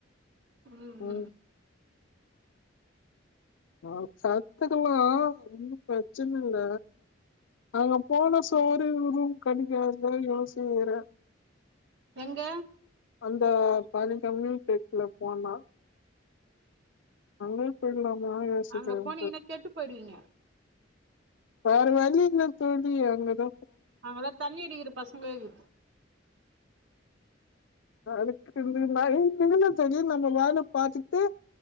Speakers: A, on the right; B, on the left.
A: உஹம்
B: ம்
A: உம்
B: ஆஹ் கத்துக்கலா ஒன்னு பிரச்சன இல்ல அங்க போன சோரு ரூம் கணிக்கதயோசிகிற
A: எங்க
B: அந்த பன கம்யூக்கேர்தல போனா அங்க யோசிக்கிறேன்
A: அங்க போனீங்கன்னா கேட்டு போயிடுவீங்க
B: வேரவலி இல்ல தோலி அங்கத
A: அங்கலா தண்ணி அடிக்கிற பசங்கலேக்
B: அதுக்கு <unintelligible> சரினு நம்ம வேல பாாரத்துட்டு